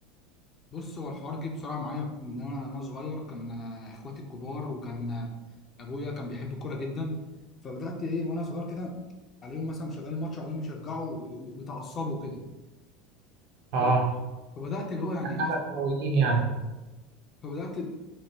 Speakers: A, on the left; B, on the right.
A: بص هو الحوار جه بسرعه معايا من انا انا صغير كان آه، اخواتي الكبار وكان آه، ابويا كان بيحب الكوره جدا فبدات ايه وانا صغير كده عليهم مثلا مشغلين ماتش عليهم يشجعوا و- و- وبيتعصبوا كده
B: آه
A: ف- فبدات اللي هو يعني
B: إحنا
A: أف-
B: كرويين يعني
A: فبدات